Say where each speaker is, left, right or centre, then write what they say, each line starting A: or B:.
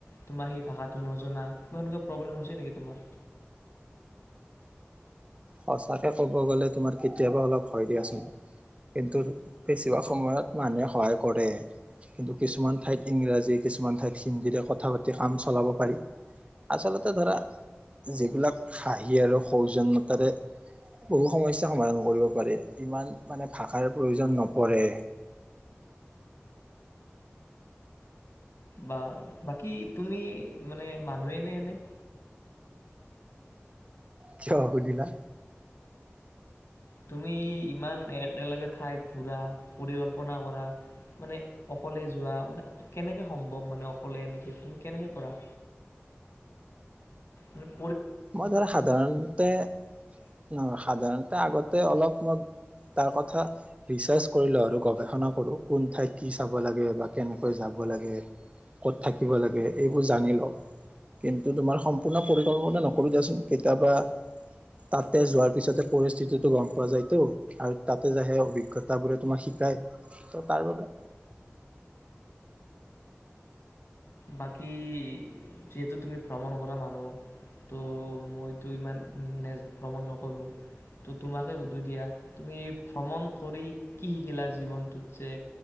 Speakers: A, on the left; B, on the right.
A: তোমাক সেই ভাষাটো নজনা কিবা তোমাৰ প্ৰব্লেম হৈছে নেকি তোমাৰ
B: সঁচাকে ক'ব গ'লে তোমাৰ কেতিয়াবা অলপ হয় দিয়াচোন কিন্তু বেছিভাগ সময়ত মানুহে সহায় কৰে কিন্তু কিছুমান ঠাইত ইংৰাজী কিছুমান ঠাইত হিন্দীৰে কথা পাতি কাম চলাব পাৰি আচলতে ধৰা যিবিলাক হাঁহি আৰু সৌজ তাতে বহু সমস্যা সমাধান কৰিব পাৰি ইমান মানে ভাষাৰ প্ৰয়োজন নপৰে।
A: বাৰ বাকী তুমি মানে মানুহে নে এনে
B: কিয় সুধিলা?
A: তুমি ইমান একেলগে ঠাই ঘুৰা পৰিকল্পনা কৰা মানে অকলে যোৱা মানে কেনেকে সম্ভৱ মানে অকলে এনেকে তুমি কেনেকে কৰা। উ'ম
B: মই ধৰা সাধাৰণতে নহ সাধাৰণতে আগতে অলপ তাৰ কথা ৰিচাৰ্জ কৰি লওঁ আৰু গৱেষণা কৰো কোন ঠাইত কি চাব লাগে বা কেনেকৈ যাব লাগে ক'ত থাকিব লাগে, এইবোৰ জানি লওঁ কিন্তু তোমাৰ সম্পূৰ্ণ পৰিকল্পনা নক নকৰো দিয়াচোন কেতিয়াবা তাতে যোৱাৰ পিছতে পৰিস্থিতিটো গম পোৱা যায়তো আৰু তাতে য সে অভিজ্ঞতাবোৰে তোমাক শিকাই ত তাৰ বাবে
A: বাকী যিহেতু তুমি ভ্ৰমণ কৰা মানুহ ত' মইতো ইমান ভ্ৰমণ নকৰো ত' তোমাকে সুধো দিয়া তুমি ভ্ৰমণ কৰি কি শিকিলা জীৱনটোত যে